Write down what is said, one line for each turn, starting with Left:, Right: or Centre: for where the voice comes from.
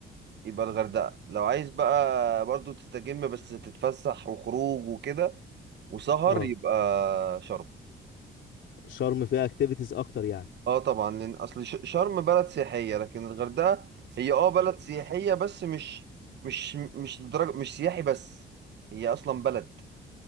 Right: يبقى الغردقه لو عايز بقى برضه تستجم بس تتفسح وخروج وكده وسهر
Left: اه
Right: يبقى شرم
Left: شرم فيها اكتيفيتيز اكتر يعني
Right: اه طبعا لان اصل ش- شرم بلد سياحيه لكن الغردقه هي اه بلد سياحيه بس مش مش مش لدرجه مش سياحي بس هي اصلا بلد